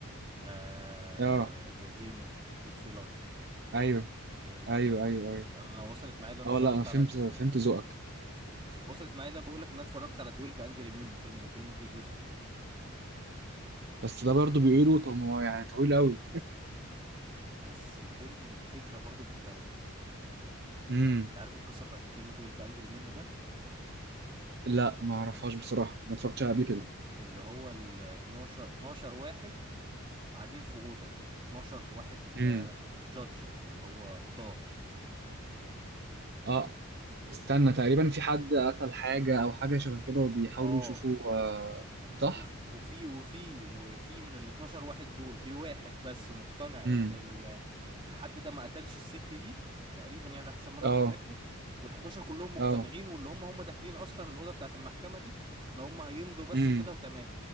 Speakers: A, on the right; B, on the right.
A: آه
B: اه
A: كازينو جود فيلاس
B: ايوه
A: إيه الافلام
B: ايوه
A: دي
B: ايوه ايوه
A: لأن انا وصلت معايا اللي انا
B: اه
A: اتفرجت
B: لا انا فهمت
A: على
B: فهمت ذوقك
A: وصلت معايا اللي بقول لك ان انا اتفرجت على 12 انجري من فيلم فيلم ابيض واسود
B: بس ده برضو بيقولوا طب هو يعني طويل قوي
A: بس الفيلم فكره برضو مختلفه
B: <laughs> امم
A: انت عارف القصه بتاعت الفيلم 12 انجري من ده
B: لا ما اعرفهاش بصراحه ما اتفرجتش عليها قبل كده
A: اللي هو ال 12 12 واحد قاعدين في اوضه 12 واحد
B: امم
A: جادجز اللي هو قضاه
B: اه استنى تقريبا في حد قتل حاجة او حاجة شبه كده وبيحاولوا
A: اه
B: يشوفوا آه صح؟
A: وف- وفي وفي وفي من ال 12 واحد دول في واحد بس مقتنع
B: امم
A: ان ال- الحد ده ما قتلش الست دي تقريبا يعني على حسب ما انا
B: اه
A: متذكر وال 11 كلهم مقتنعين
B: اه
A: واللي هم هم داخلين اصلا الاوضه بتاعت المحكمه دي ان هم هيمضوا بس
B: امم
A: كده وتمام